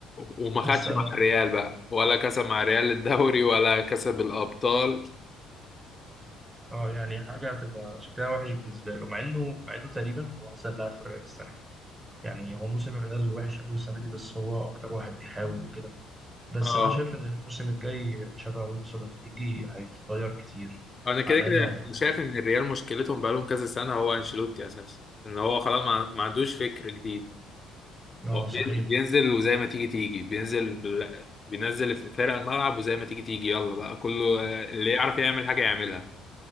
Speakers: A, on the left; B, on the right.
A: وما خدش
B: بس آه
A: مع الريال بقى ولا كسب مع الريال الدوري ولا كسب الابطال
B: آه، يعني حاجة هتبقى شكلها وحش بالنسبة له مع إنه مع إنه تقريبا هو أحسن لاعب في الريال السنة دي. يعني هو موسم الريال وحش قوي السنه دي بس هو اكتر واحد بيحاول وكده بس
A: اه
B: انا شايف ان الموسم الجاي تشابي الونسو لما يجي هيغير كتير
A: انا كده
B: على
A: كده
B: الاقل هيبقى في
A: شايف
B: طريقه
A: ان الريال مشكلتهم بقالهم كذا سنه هو انشيلوتي اساسا ان هو خلاص ما ما عندوش فكر جديد
B: اه
A: هو
B: صحيح
A: بي- بينزل وزي ما تيجي تيجي بينزل بال... بينزل في فرق الملعب وزي ما تيجي تيجي يلا بقى كله اللي يعرف يعمل حاجه يعملها